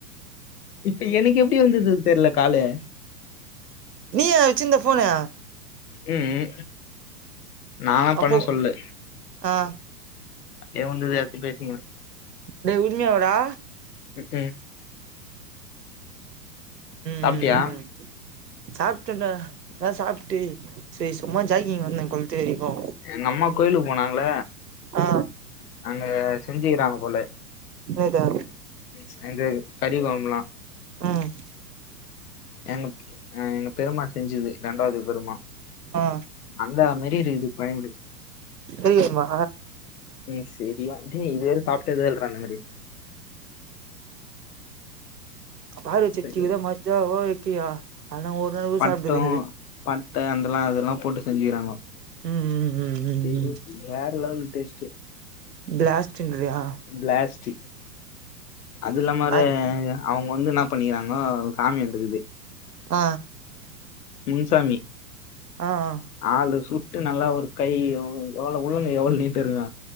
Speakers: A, on the left; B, on the right.
A: இப்ப எனக்கு எப்டி வந்ததுன் தெர்ல காலு
B: நீயா வச்சிருந்த ஃபோனு
A: ம் ம் நாலா
B: அப்போ
A: பண்ண சொல்லு
B: ஆ
A: ஏ வந்துது எடுத்து பேசீனுங்குற
B: டேய் உண்மைய வாடா
A: ம் ம்
B: ம்
A: சாப்ட்டியா
B: ம் ம் ம் சாப்டல்ல அதா சாப்டு சேர் சும்மா ஜாக்கிங் வந்தே கொளத்து வரைக்கு
A: எங்க அம்மா கோயிலுக்கு போனாங்கள
B: ஆ
A: அங்க செஞ்சுக்கிறாங்க போல
B: எத
A: சேந்து ஸ்டடி ஃபாம்ல்லா
B: ம்
A: எங்க அ எங்க பெருமா செஞ்சது ரெண்டாவது பெருமா
B: ஆ
A: அந்த மாரி இருக்குது பாயிண்டு
B: தெரியுமா
A: ம் சரியாக இது வேற சாப்ட்டதே இல்றா அந்த மாரி
B: அப்ப ஆள் வச்சு
A: சரி
B: வச்சுகிற மச்சாவோ இக்கியா அதலா ஒரு நாள் கூட
A: பட்டு
B: சாப்ட்டது இல்ல
A: பட்ட அந்தல்லா அதல்லா போட்டு செஞ்சுகிறாங்கோ
B: ம் ம் ம் ம்
A: இது
B: ம்
A: வேற லெவல் டேஸ்ட்டு
B: பிளாஸ்ட்டுங் கிரியா
A: பிளாஸ்ட்டி அது இல்லாம அவரு
B: அது
A: அவுங்க வந்து என்னா பண்ணிகிறாங்கோ சாமி வந்துருக்குது
B: ஆ
A: முன்சாமி
B: ஆ ஆ
A: ஆளு சுட்டு நல்லா ஒரு கை எவ்வளவு உள்ளங்கை எவ்வளவு நீட்ட இருக்கு